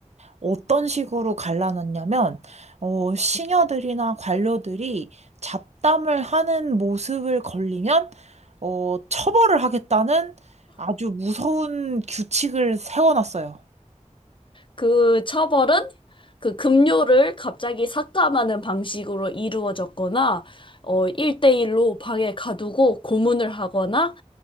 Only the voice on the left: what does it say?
그 처벌은 그 급료를 갑자기 삭감하는 방식으로 이루어졌거나 어, 1대1로 방에 가두고 고문을 하거나